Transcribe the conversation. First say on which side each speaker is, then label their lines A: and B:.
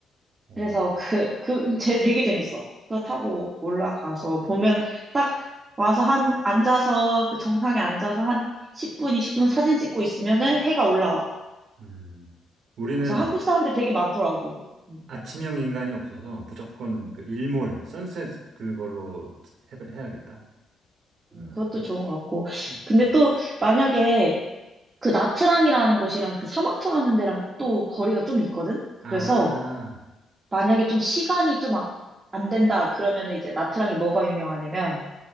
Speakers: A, on the right; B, on the right.
A: 오.
B: 그래서 그, 그, 쟤 되게 재밌어. 그거 타고 올라가서 보면 딱 와서 한, 앉아서, 그 정상에 앉아서 한 10분, 20분 사진 찍고 있으면은 해가 올라와.
A: 음. 우리는
B: 그래서 한국 사람들 되게 많더라고. 음,
A: 아침형 인간이 없어서 무조건 그 일몰, 선셋 그걸로 해, 해야겠다.
B: 음,
A: 어,
B: 그것도
A: 그,
B: 좋은 것 같고.
A: 음.
B: 근데
A: 음.
B: 또 만약에 그 나트랑이라는 곳이랑 그 사막 투어하는 데랑 또 거리가 좀 있거든?
A: 아,
B: 그래서 만약에 좀 시간이 좀 안 된다 그러면은 이제 나트랑이 뭐가 유명하냐면